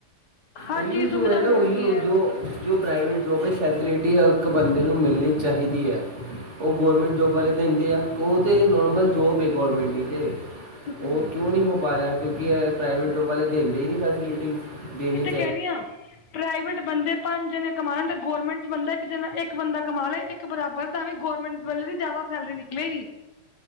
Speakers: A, on the left; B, on the right.
A: ਹਰ
B: ਓਹੀ
A: ਚੀਜ਼ ਸੁਵਿਧਾ
B: ਜੋ ਹੈ ਨਾ
A: ਮਿਲਦੀ
B: ਓਹੀ
A: ਹੈ
B: ਜੋ ਜੋ ਪ੍ਰਾਈਵੇਟ ਜੋਬ ਵਿੱਚ ਫੈਸਿਲਿਟੀ ਹਰ ਇੱਕ ਬੰਦੇ ਨੂੰ ਮਿਲਣੀ ਚਾਹੀਦੀ ਹੈ ਉਹ ਗੌਰਮੈਂਟ ਜੋਬ ਵਾਲੇ ਦਿੰਦੇ ਆ ਉਹ ਤਾਂ ਨਾਰਮਲ ਜੋਬ ਹੈ ਗੌਰਮੈਂਟ ਦੀ ਤਾਂ
A: ਬਿਲਕੁਲ
B: ਉਹ ਕਿਉਂ ਨਹੀਂ ਹੋ ਪਾ ਰਿਹਾ ਕਿਉਂਕਿ ਪ੍ਰਾਈਵੇਟ ਜੋਬ ਵਾਲੇ ਦਦੇ ਹੀ ਨਹੀਂ ਫੈਸਿਲਿਟੀ ਦੇਣੀ
A: ਕਹਿਦੀ ਹ। ਪ੍ਰਾਈਵੇਟ ਬੰਦੇ ਪੰਜ ਜਣੇ ਕਮਉਣ ਤੇ ਗੌਰਮੈਂਟ ਚ ਬੰਦਾ ਇੱਕ ਜਣਾ ਇੱਕ ਬੰਦਾ ਕਮਾ ਲੈ ਇੱਕ ਬਰਾਬਰ ਦਾ ਵੀ ਗੌਰਮੈਂਟ ਵੱਲ ਜ਼ਿਆਦਾ ਸੈਲਰੀ ਨਿਕਲੇਗੀ।